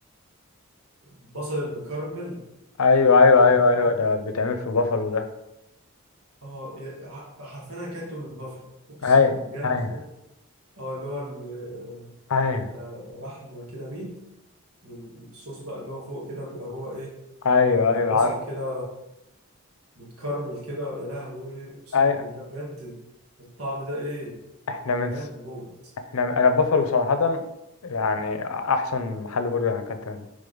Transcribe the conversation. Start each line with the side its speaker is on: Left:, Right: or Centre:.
Right: البصل المكرمل
Left: ايوه ايوه
Right: آه
Left: ايوه
Right: عليه
Left: ايوه ده بيتعمل في بافالو ده
Right: اه يا- ح- حرفيا انا اكلته من بافلو اقسم
Left: ايوه
Right: بجد
Left: ايوه
Right: اه اللي هو ال- آه،
Left: ايوه
Right: بيبقى لحم كده ميت والصوص بقى اللي هو فوق كده بيبقى هو ايه
Left: ايوه ايوه
Right: بصل
Left: عارف
Right: كده متكرمل كده يا لهوي اقسم
Left: ايوه
Right: بالله بجد الطعم ده ايه
Left: احنا
Right: حرفيا
Left: من س...
Right: موت
Left: احنا انا بافالو صراحة يعني احسن محل برجر انا اكلت منه